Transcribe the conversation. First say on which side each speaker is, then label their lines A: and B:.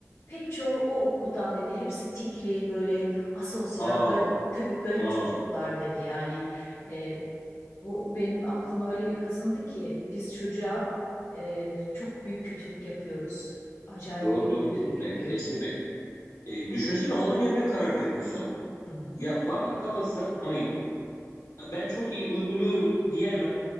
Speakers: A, on the left; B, on the left.
A: pek çoğu o okuldan dedi hepsi tikli böyle asosyal
B: Aa,
A: tabii garip
B: aa.
A: çocuklar dedi. Yani e, bu benim aklıma öyle bir kazındı ki biz çocuğa e, çok büyük kötülük yapıyoruz. Acayip
B: Doğru
A: büyük
B: doğru
A: kötülük
B: kesinlikle.
A: yapıyoruz.
B: Kesinlikle. E, düşünsene onun yerine karar veriyorsun.
A: Hı hı,
B: Ya bana kalırsa hani ben çok iyi uyguluyorum diyemem.